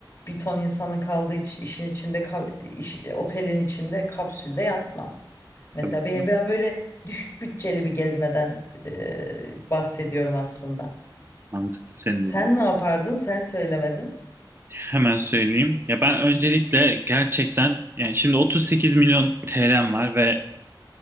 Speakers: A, on the left; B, on the right.
A: bir ton insanın kaldığı iç- işin içinde ka- iş- otelin içinde kapsülde yatmaz. Mesela
B: Tabii
A: ben,
B: canım.
A: ben böyle düşük bütçeli bir gezmeden e, bahsediyorum aslında.
B: Mantıklı senin
A: Sen
B: dediğin.
A: ne yapardın? Sen söylemedin.
B: Hemen söyleyeyim. Ya ben öncelikle gerçekten yani şimdi 38 milyon TL'm var ve